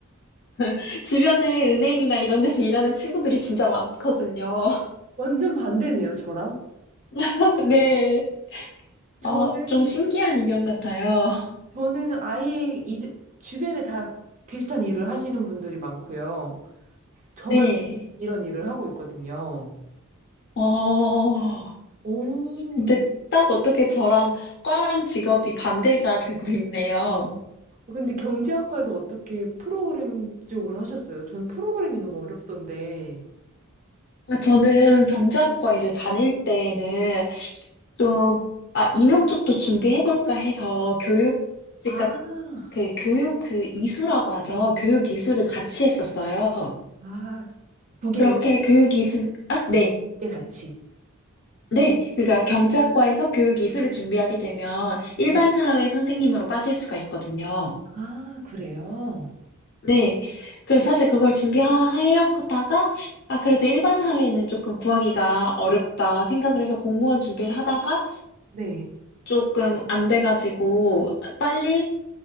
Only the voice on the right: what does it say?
완전 반대네요, 저랑.
저는
저는 아예 이 주변에 다 비슷한 일을 하시는 분들이 많고요. 저만
이런 일을 하고 있거든요.
오.
근데 경제학과에서 어떻게 프로그램 쪽을 하셨어요? 전 프로그램이 너무 어렵던데.
아,
아, 두 개를
꽤 같이.
네.
아, 그래요?
네.
네.